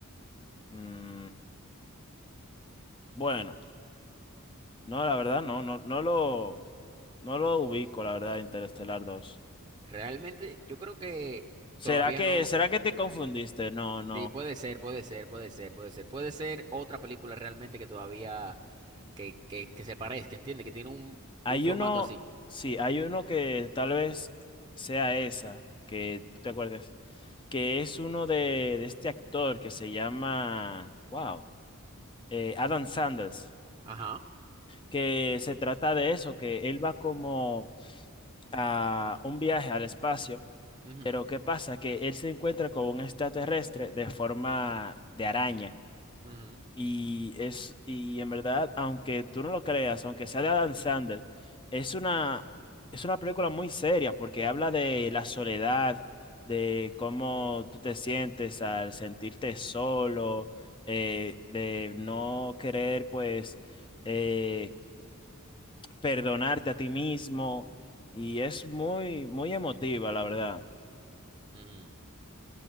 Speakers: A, on the left; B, on the right.
A: Mm, bueno, no, la verdad, no, no, no lo, no lo ubico, la verdad, Interestelar dos.
B: Realmente yo creo que
A: ¿Será
B: todavía
A: que,
B: no.
A: será que te confundiste? No, no.
B: Sí, puede ser, puede ser, puede ser, puede ser. Puede ser otra película realmente que todavía, que, que, que se parezca, entiende, que tiene un,
A: Hay
B: un formato
A: uno,
B: así.
A: sí, hay uno que tal vez sea esa, que tú te acuerdes, que es uno de, de este actor que se llama, wow, eh, Adam Sanders,
B: Ajá.
A: que se trata de eso, que él va como a un viaje al espacio
B: ujú,
A: Pero ¿qué pasa? Que él se encuentra con un extraterrestre de forma de araña.
B: ujú,
A: Y es, y en verdad, aunque tú no lo creas, aunque sea de Adam Sandler, es una, es una película muy seria porque habla de la soledad, de cómo tú te sientes al sentirte solo, eh, de no querer, pues, eh, perdonarte a ti mismo. Y es muy, muy emotiva, la verdad.
B: mm.